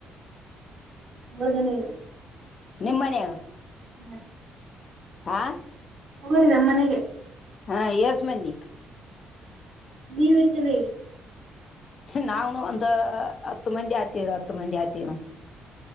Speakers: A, on the right (about 65°); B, on the left (about 50°).
A: ನಳ ಜನ ಇರಿ
B: ನಿಮ್ಮನ ಅದು
A: ಹ್ಮ್
B: ಹಾ
A: ಹೋ ರರಿ ನಮ್ಮ ಮನೆಗೆ
B: ಹಾ ಯಶಮನ್ನಿ
A: ದೀವಷ್ಟ ನೀರ್
B: ನಾವನು ಒಂದ ಹತ್ತು ಮಂದಿ ಆತವ ಹತ್ತು ಮಂದಿ ಆತವ